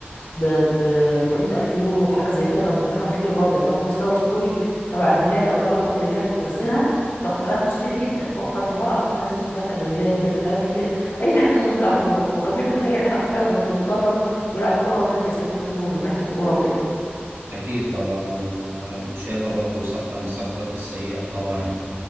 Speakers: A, on the left (about 85°); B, on the right (about 85°).
A: ب ب 400 ألف يورو حاجة زي كده كان رقم كبير برضه إن هم استوروا ستوري تبع الهلال أو لها علاقة بالهلال ونزلها بياخد عليها فلوس كتير جدا فهو كان نيمار على طول بينزل ستوريات عن الهلال بيعمل حاجات كتير اي حاجه غير انه يلعب كوره هو كان بيعمل اي حاجه حرفيا غير انه يتدرب ويلعب كوره والنادي يستفيد منه من ناحيه الكوره وكده
B: أكيد طبعا وأنا كنت شايفها برضو صفقة من الصفقات السيئة طبعا